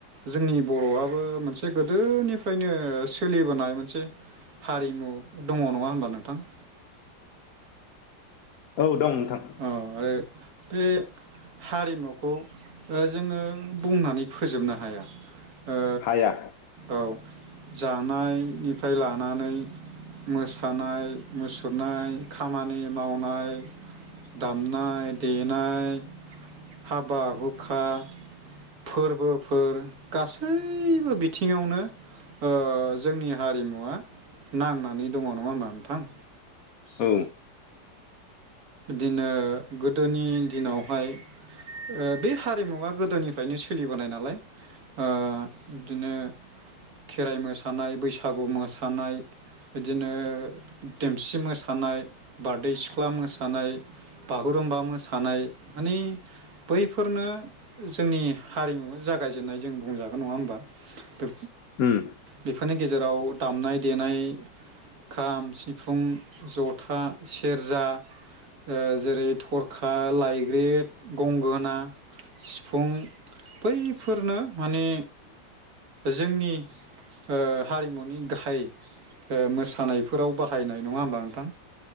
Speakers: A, on the right; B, on the left.
A: जोंनि बर'आबो मोनसे गोदोनिफ्रायनो सोलिबोनाय मोनसे हारिमु दङ नङा होमबा नोंथां
B: औ दं थां
A: औ आरो बे हारिमुखौ जोङो बुंनानै फोजोबनो हाया ओ
B: हाया
A: औ जानायनिफ्राय लानानै मोसानाय मुसुरनाय खामानि मावनाय दामनाय देनाय हाबा हुखा फोरबोफोर गासैबो बिथिङावनो ओ जोंनि हारिमुवा नांनानै दङ नङा होनबा नोंथां
B: औ
A: दिनो गोदोनि दिनावहाय ओ बे हारिमुवा गोदोनिफ्रायनो सोलिबोनाय नालाय ओ इदिनो खेराइ मोसानाय बैसागु मोसानाय इदिनो देमसि मोसानाय बारदै सिख्ला मोसानाय बागुरुम्बा मोसानाय माने बैफोरनो जोंनि हारिमु जागायजेननाय जों बुंजागोन नङा होमबा बे
B: होम
A: बेफोरनि गेजेराव दामनाय देनाय खाम सिफुं जथा सेरजा ओ जेरै थरखा लाइग्रेद गंगोना सिफुं बैफोरनो माने जोंनि ओ हारिमुनि गाहाय मोसानायफोराव बाहायनाय नङा होमबा नोंथां